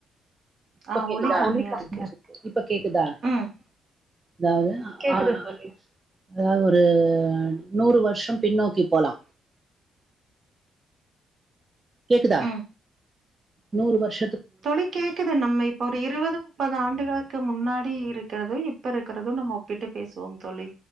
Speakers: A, on the right (about 30°); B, on the right (about 60°).
A: இப்ப
B: ஆ
A: கேக்குதா
B: ஒலி கம்மியா
A: ஒழி கம்மியாருக்கு
B: இருக்கு
A: இப்ப கேக்குதா
B: ம்
A: அதாது அ கேக்து தோழி அதாது ஒரு நூறு வர்ஷம் பின்னோக்கி போலா கேக்குதா
B: ம்
A: நூறு வர்ஷ
B: தோழி கேக்குது நம்ம இப்ப ஒரு இருவது முப்பது ஆண்டுகுளுக்கு முன்னாடி இருக்கறது இப் இப்ப இருக்குறது நம்ம ஒப்பிட்டு பேசுவோம் தோழி